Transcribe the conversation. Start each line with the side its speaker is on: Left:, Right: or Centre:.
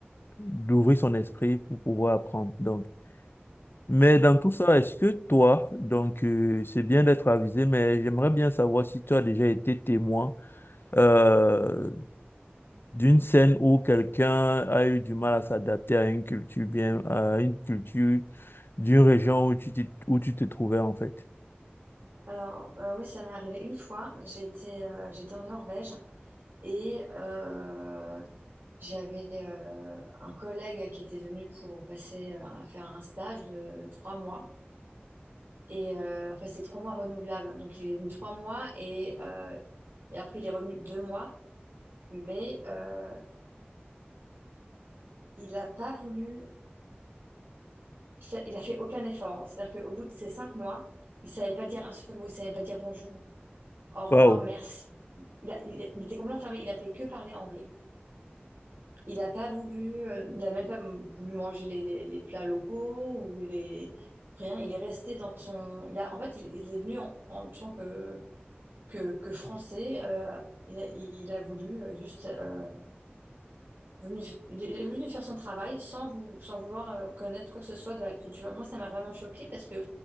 Left: d'ouvrir son esprit pour pouvoir apprendre. Donc, mais dans tout ça, est-ce que toi, donc euh, c'est bien d'être avisé, mais j'aimerais bien savoir si tu as déjà été témoin euh, d'une scène où quelqu'un a eu du mal à s'adapter à une culture bien, à une culture d'une région où tu t'y- où tu te trouvais en fait.
Right: Alors, euh, oui, ça m'est arrivé une fois. J'étais euh, j'étais en Norvège et euh, j'avais euh, un collègue qui était venu pour passer euh, un- faire un stage de trois mois. Et euh, enfin, c'est trois mois renouvelables. hein. Donc, il est venu trois mois et, euh, et après, il est revenu deux mois. Mais euh, il n'a pas voulu, fa- il a fait aucun effort. C'est-à-dire qu'au bout de ces cinq mois, il savait pas dire un seul mot, il savait pas dire bonjour, au revoir,
Left: Waouh.
Right: merci. Il, a- il a- il était complètement fermé. Il a fait que parler anglais. Il n'a pas voulu, euh, il n'a même pas m- voulu manger les, les- les plats locaux ou les rien. Il est resté dans son. Il a, en fait, il, il est venu en, en tant que que, que français. euh, il a, il il a voulu euh, juste euh, venu, il est venu faire son travail sans, vou- sans vouloir euh, connaître quoi que ce soit de la culture. Moi, ça m'a vraiment choquée parce que